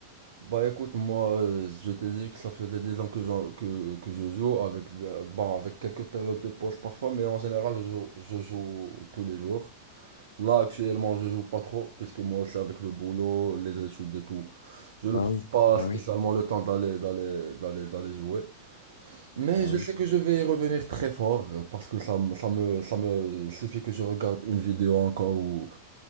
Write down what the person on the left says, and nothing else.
Bah
oui,
bah
oui.
bah
oui.